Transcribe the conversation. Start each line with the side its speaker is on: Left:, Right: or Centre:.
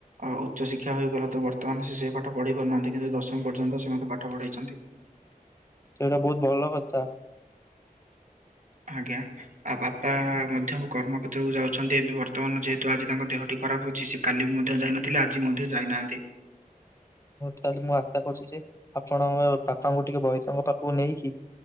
Right: ଆ ଉଚ୍ଚ ଶିକ୍ଷା ହୋଇଗଲା ତ ବର୍ତ୍ତମାନ ସେ ସେଇ ପାଠ ପଢେ଼ଇ ପାରୁନାହାନ୍ତି କିନ୍ତୁ ଦଶମ ପର୍ଯ୍ୟନ୍ତ ସେ ମତେ ପାଠ ପଢେ଼ଇଛନ୍ତି।
Left: ସେଇଟା ବୋହୁତ୍ ଭଲ କଥା।
Right: ଆଜ୍ଞା। ଆଉ ବାପା ମଧ୍ୟ କର୍ମ କ୍ଷେତ୍ରକୁ ଯାଉଛନ୍ତି ଏବେ ବର୍ତ୍ତମାନ ଯେହେତୁ ଆଜି ତାଙ୍କ ଦେହ ଟି ଖରାପ ଅଛି ସେ କାଲି ବି ମଧ୍ୟ ଯାଇନଥିଲେ ଆଜି ମଧ୍ୟ ଯାଇନାହାନ୍ତି।
Left: ତାହେଲେ ମୁଁ ଆଶା କରୁଛି ଯେ ଆପଣଙ୍କ ପାପାଙ୍କୁ ଟିକେ ବୈତଙ୍କ ପାଖକୁ ନେଇକି